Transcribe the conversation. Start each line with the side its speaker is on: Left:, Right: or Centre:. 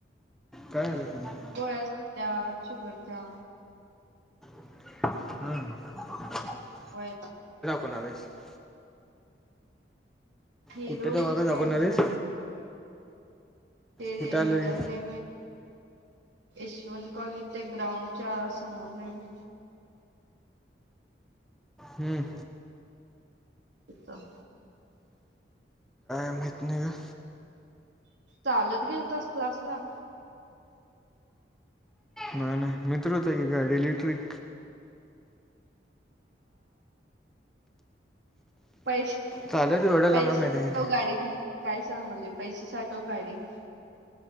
Centre: काय झालं तुम्ही?
Right: गोळ्याच त्या शुगर च्या.
Centre: हम्म.
Right: होय ना.
Centre: <unintelligible>
Right: हिरोली
Centre: कुठ्टे तो वाघा दाखवणारेस?
Right: काय ते
Centre: कुठं आलं
Right: ह्याच्यात
Centre: रे
Right: नाई वाई. यशवंत कॉलेजच्या ग्राउंडच्या समोर नाही माहित.
Centre: हम्म.
Right: <inaudible>
Centre: माहित नाही अ.
Right: चालत गेलतास क्लास ला?
Centre: नाही मित्र होता की गाडी इलेक्ट्रिक
Right: पैसे
Centre: चालत एवढ्या लांब
Right: पैसे
Centre: माहिती
Right: साठव
Centre: आहे किती
Right: गाडी घे, काय सांगालोय पैसे साठव गाडी घे.